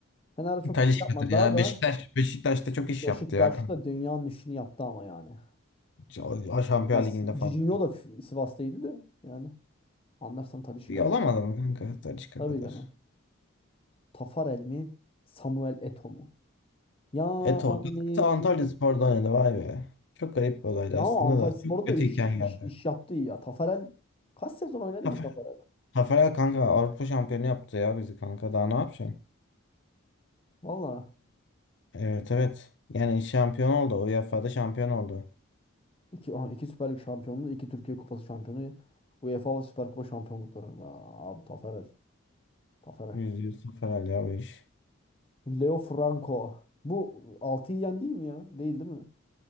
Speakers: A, on the left; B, on the left.
A: Fener'de çok
B: Talisca'dır
A: bir şey yapmadı
B: ya.
A: daha da
B: Beşiktaş Beşiktaş'ta çok iş
A: Beşiktaş'ta
B: yaptı ya kanka.
A: dünyanın işini yaptı ama yani.
B: Ş- Şampiyon
A: Ya Si-
B: Ligi'nde falan.
A: Cicinho da F- Sivas'taydı da yani. Anlarsan Talisca
B: İyi
A: ya.
B: olamadı mı kanka Talisca
A: Tabii
B: kadar?
A: canım. Tafarel mi? Samuel Eto'o mu? Yani
B: Eto. Eto Antalyaspor'da oynadı vay be. Çok garip bir olaydı
A: ya
B: aslında
A: ama Antalyaspor'da
B: da. Çok kötüyken
A: da iş,
B: geldi.
A: iş, iş yaptı iyi ya. Tafarel kaç sezon oynadı
B: Tafer.
A: ki Tafarel?
B: Taferel kanka Avrupa şampiyonu yaptı ya bizi kanka. Daha ne yapacaksın?
A: Valla
B: Evet evet. Yani şampiyon oldu. UEFA'da şampiyon oldu.
A: iki, aha, iki Süper Lig şampiyonluğu, iki Türkiye Kupası şampiyonu, UEFA Süper Kupa şampiyonlukları. Aa, Abi Tafarel. Tafarel.
B: Yüzde yüz sıfır hala o iş.
A: Leo Franco. Bu 6'yı yendi mi ya? Değil değil mi?